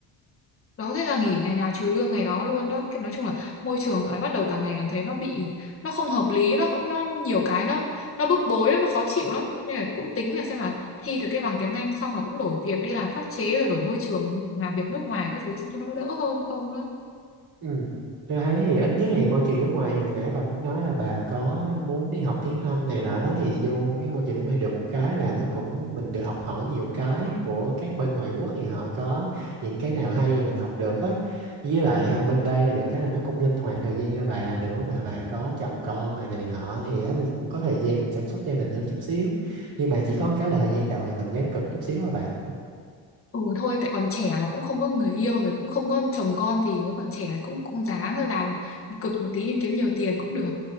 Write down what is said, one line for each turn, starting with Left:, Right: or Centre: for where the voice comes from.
Left: đó thế là nghỉ ngày nào trừ lương ngày đó luôn đó Cái- nói chung là môi trường dạo này bắt đầu càng ngày càng thấy nó bị nó không hợp lý nó cũng- nó nhiều cái nó nó bức bối lắm nó khó chịu lắm nên là cũng tính là xem là thi được cái bằng tiếng Anh xong là cũng đổi việc đi làm pháp chế rồi đổi môi trường làm việc nước ngoài các thứ xem cho nó đỡ hơn không đó
Right: Ừ. Tôi thấy thì ít nhất thì môi trường nước ngoài thì nãy bà cũng nói là bà có muốn đi học tiếng Anh này nọ đó thì vô cái môi trường nước ngoài được một cái là nó cũng mình được học hỏi nhiều cái của các bên ngoại quốc thì họ có những cái nào hay thì mình học được á với lại à, bên đây thì được cái là nó cũng linh hoạt thời gian cho bà nữa mà bà có chồng con này này nọ thì, á, thì cũng có thời gian mình chăm sóc gia đình hơn chút xíu nhưng mà chỉ có một cái là thời gian đầu thì mình ráng cực chút xíu thôi bà
Left: ừ thôi tại còn trẻ mà cũng không có người yêu rồi cũng không có chồng con thì còn trẻ cũng cũng ráng rồi làm cực một tí kiếm nhiều tiền cũng được